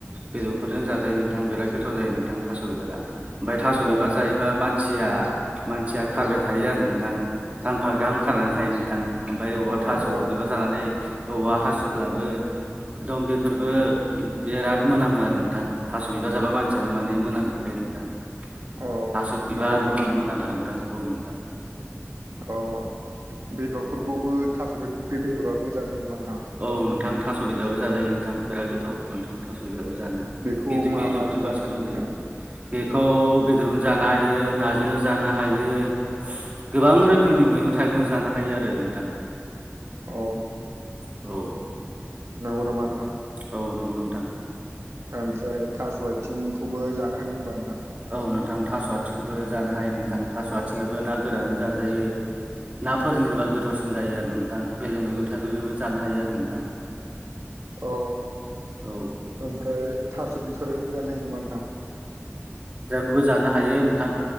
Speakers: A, on the right (about 30°); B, on the right (about 80°).
A: बेदरफोरजों जाजायो नोंथां बिराद गोथाव जायो नोंथां थास' बिबारा ओमफफ्राय थास'
B: अ
A: बिबार जायोबा मान सिया मानसिया खारबाय थायो आरो नोंथां। सानफा गाहाम खनानै थायो नोंथां ओमफफ्राय बबावबा थास'
B: अ
A: बिबार जानानै बबावबा हासु ब्लाबो एकदम बेफोरबो बिराद मोनामो आरो नोंथां थास' बिबार जाबा मानसियानो माने मोनाजजोब खायो नोंथां
B: अ
A: थास' बिबार
B: नंगौ नामा
A: मोनाम
B: नोंथां
A: मोनाम आरो नोंथां औ नोंथां।
B: अ बेदरफोरखौबो थास' बे बेदराबो जाजायो नङा नोंथां?
A: औ नोंथां थास' गदिराबो जाजायो नोंथां बिराद गोथाव नोंथां थास' बेदराबो जानो।
B: बेखौ
A: बेद-
B: मा
A: बेदरफोरजों
B: माजों जानो
A: बांसिन
B: हायो
A: गोथाव
B: नोंथां
A: जायो। बेखौ बेदरबो जानो हायो नाजोंबो जानो हायो। गोबां रोखोमनि मैगं थाइगं जानो हायो आरो नोंथां।
B: अ
A: औ
B: नोंगौ नामा नोंथां?
A: औ नंगौ नोंथां।
B: ओमफ्राय थास' आइथिंखौबो जानो हायो होमबा नोंथां?
A: औ नोंथां थास' आथिंखौबो जानो हायो नोंथां थास' आथिंयाबो ना गोरानो जाजायो। नाफोरजों जेनेबा गोथावसिन जायो आरो नोंथां बेलेग मैगं थाइगंजोंबो जानो हायो आरो नोंथां।
B: औ
A: औ
B: ओमफ्राय थास' बिथररायखौबो जानो हायो नामा नोंथां?
A: जायखौबो जानो हायो नोंथां।